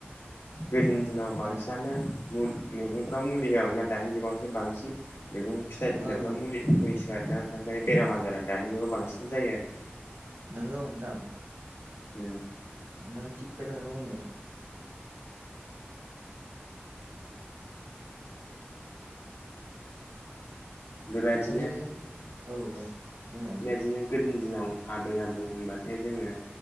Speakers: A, on the left; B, on the right.
A: गोदोनि दिनाव बांसिनानो
B: दा
A: मैगंफ्राव मुलि होआमोनोन ना दानि जुगावसो बांसिन मैगं फिथाइ सामथाइफाव
B: औ
A: मुलि होयोसै <unintelligible> बेराम आजारा दानि जुगाव बांसिन जायो आरो
B: नंगौ नोंथां
A: ए
B: नों थिक खोथाखौनो बुंदों।
A: बेबायदिनो
B: आरो
A: बेबायदिनो
B: औ औ बुंनाय
A: गोदोनि दिनाव आबै आबौ होनबाथाय जोङो